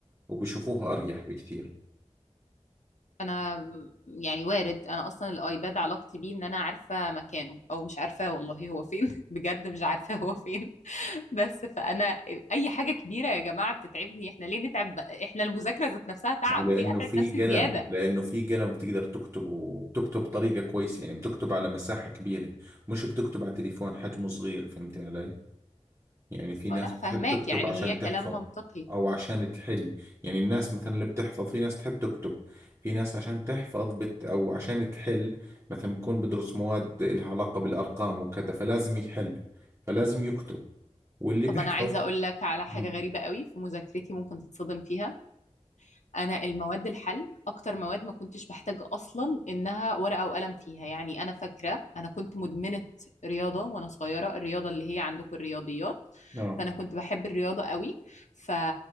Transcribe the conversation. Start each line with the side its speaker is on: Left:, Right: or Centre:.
Right: وبشوفوها اريح بكثير
Left: انا يعني وارد انا اصلا الايباد علاقتي بيه ان انا عارفه مكانه او مش عارفاه والله هو فين <laughs> بجد مش عارفاه هو فين <laughs> بس فانا اي حاجه كبيره يا جماعه بتتعبني احنا ليه نتعب بقى؟ احنا المذاكره ذات نفسها تعب
Right: ما هو لانه
Left: ليه اتعب
Right: في
Left: نفسي
Right: قلم
Left: زياده
Right: لانه في قلم بتقدر تكتب وبتكتب بطريقه كويسه يعني بتكتب على مساحه كبيره مش بتكتب على تليفون حجمه صغير فهمتي علي يعني في ناس
Left: او لا
Right: بتحب
Left: فهماك
Right: تكتب
Left: يعني
Right: عشان
Left: هي كلام
Right: تحفظ
Left: منطقي
Right: او عشان تحل يعني الناس مثلا اللي بتحفظ في ناس تحب تكتب في ناس عشان تحفظ بت او عشان تحل مثلا بكون بدرس مواد لها علاقه بالارقام وكذا فلازم يحل فلازم يكتب واللي
Left: طب
Right: بيحفظ
Left: انا عايزه اقول لك على حاجه
Right: مم.
Left: غريبه قوي في مذاكرتي ممكن تتصدم فيها انا المواد الحل اكتر مواد ما كنتش بحتاج اصلا انها ورقه وقلم فيها يعني انا فاكره انا كنت مدمنه رياضه وانا صغيره الرياضه اللي هي عندكم الرياضيات
Right: اه
Left: فانا كنت بحب الرياضه قوي ف